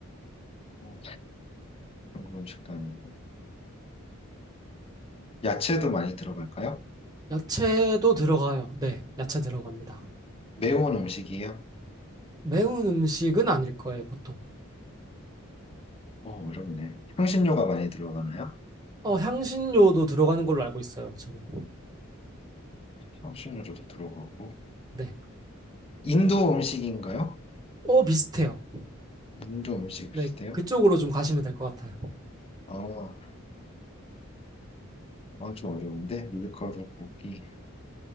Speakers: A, on the left; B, on the right.
A: 어, 중국 음식도 아니고. 야채도 많이 들어갈까요?
B: 야채도 들어가요. 네, 야채 들어갑니다.
A: 매운 음식이에요?
B: 매운 음식은 아닐 거예요, 보통.
A: 어, 어렵네. 향신료가 많이 들어가나요?
B: 어, 향신료도 들어가는 걸로 알고 있어요, 저는.
A: 향신료도 들어가고.
B: 네.
A: 인도 음식인가요?
B: 어, 비슷해요.
A: 인도 음식
B: 네,
A: 비슷해요?
B: 그쪽으로 좀 가시면 될 것 같아요.
A: 어, 아, 좀 어려운데. 밀가루, 고기.